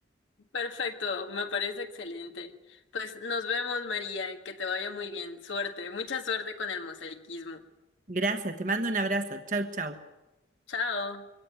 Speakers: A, on the left (about 80°); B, on the right (about 40°).
A: Perfecto, me parece excelente. Pues nos vemos, María, que te vaya muy bien. Suerte, mucha suerte con el mosaicismo.
B: Gracias, te mando un abrazo. Chau, chau.
A: Chao.